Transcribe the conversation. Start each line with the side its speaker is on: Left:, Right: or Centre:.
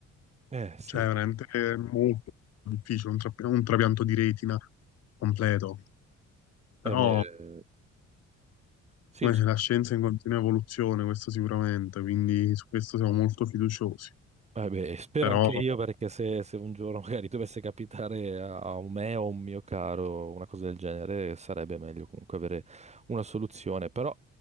Right: Eh sì,
Left: Cioè, veramente è molto difficile un, trap- un trapianto di retina completo. Però
Right: eh beh, sì,
Left: eh,
Right: su-
Left: la scienza è in continua evoluzione, questo sicuramente, quindi su questo siamo molto fiduciosi.
Right: eh, beh, spero
Left: Però
Right: anche io perché se, se un giorno <laughs> magari dovesse capitare a, a un me o a un mio caro una cosa del genere, sarebbe meglio comunque avere una soluzione. Però